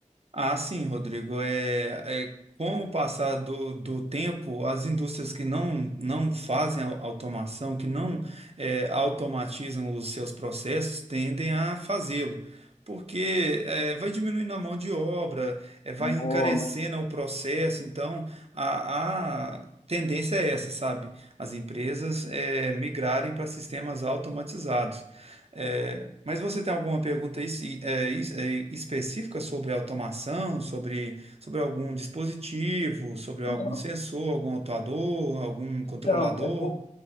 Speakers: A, on the right; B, on the left.
A: Ah, sim, Rodrigo. É, é, com o passar do, do tempo, as indústrias que não, não fazem au- automação, que não é, automatizam os seus processos, tendem a fazê-lo, porque é, vai diminuindo a mão de obra, é, vai
B: Não,
A: encarecendo
B: mas
A: o processo. Então, a, a tendência é essa, sabe? As empresas é, migrarem para sistemas automatizados. É, mas você tem alguma pergunta es- é, es- é, específica sobre automação, sobre, sobre algum dispositivo, sobre algum
B: não,
A: sensor, algum atuador, algum
B: então,
A: controlador?
B: é, por,